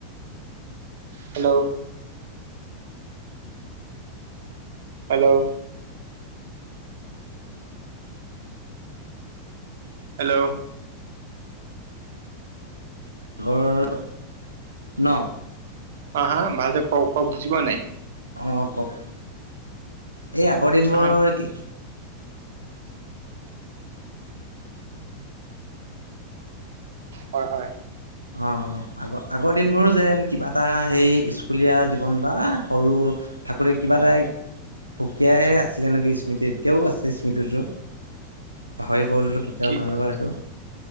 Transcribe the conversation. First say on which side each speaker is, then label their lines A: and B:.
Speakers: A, on the right; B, on the right.
A: হেল্ল'। হেল্ল'। হেল্ল'।
B: আঘৰ ন?
A: অ হা ভাল দে ক ক বুজিবা নাই?
B: অ কওক এই আগৰ দিনবোৰ
A: নহয়।
B: কি
A: হয় হয়।
B: অ। আগ আগৰ দিনবোৰো যেন কিবা এটা সেই স্কুলীয়া জীৱন বা সৰু ঠাকুৰে কিবা এটা সুকীয়াই আছিলে এ ননেকি স্মৃতি এতিয়াও আছে স্মৃতিটো। পাহৰিবোঁ কেতিয়াও
A: কি
B: নোৱাৰিব সেইটো।